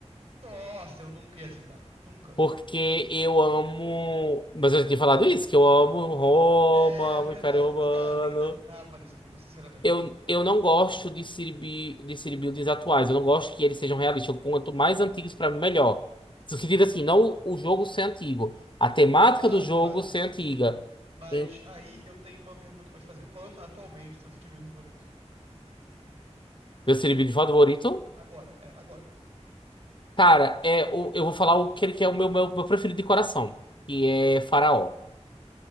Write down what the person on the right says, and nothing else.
Nossa, eu nunca ia acertar. Nunca.
É verdade.
Mas, cara, eu nem lembrava desse jogo, sinceramente.
A,
a
temática
assim,
antiga. Mas
aí eu tenho uma pergunta pra te fazer. Qual é o- atualmente seu Steve favorito?
Agora, é, agora.